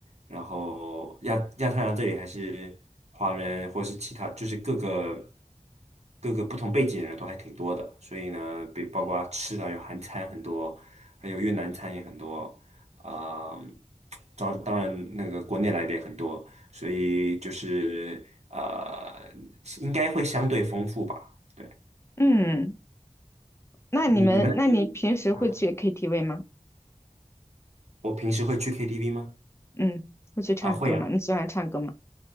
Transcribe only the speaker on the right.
然后亚亚太兰大这里还是华人或是其他，就是各个各个不同背景的人都还挺多的，所以呢，比包括吃的有韩餐很多，还有越南餐也很多，啊、当当然那个国内来的也很多，所以就是呃，应该会相对丰富吧。对，
你你们那边，啊
我平时会去 KTV 吗？
啊，会啊，